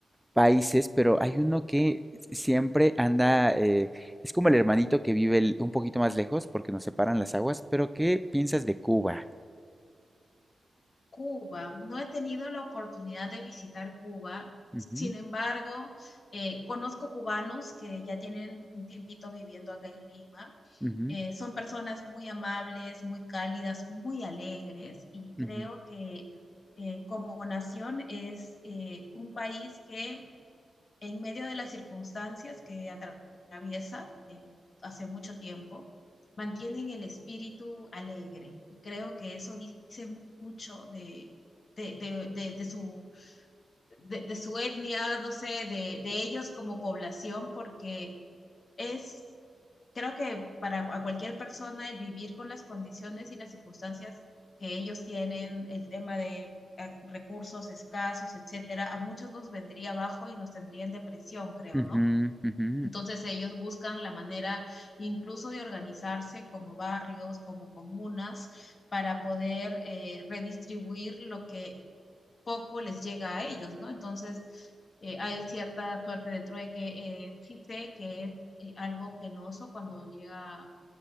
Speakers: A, in the centre; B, on the left.
A: países, pero hay uno que siempre anda, eh, es como el hermanito que vive el- un poquito más lejos porque nos separan las aguas, pero ¿qué piensas de Cuba?
B: Cuba, no he tenido la oportunidad de visitar Cuba.
A: Ujú,
B: Sin embargo, eh, conozco cubanos que ya tienen un tiempito viviendo acá en Lima.
A: ujú,
B: Eh, son personas muy amables, muy cálidas, muy alegres y creo
A: ujú,
B: que eh, como nación es eh, un país que en medio de las circunstancias que atraviesa eh, hace mucho tiempo, mantienen el espíritu alegre. Y creo que eso dice mucho de, de, de, de de, su, de, de su etnia, no sé, de de, ellos como población, porque es, creo que para a cualquier persona el vivir con las condiciones y las circunstancias que ellos tienen, el tema de eh, recursos escasos, etcétera, a muchos nos vendría abajo y nos tendría en depresión, creo,
A: ujú,
B: ¿no?
A: ujú,
B: Entonces ellos buscan la manera incluso de organizarse como barrios, como comunas, para poder eh, redistribuir lo que poco les llega a ellos, ¿no? Entonces eh, hay cierta suerte de trueque. Eh, sí sé que es eh, algo penoso cuando llega,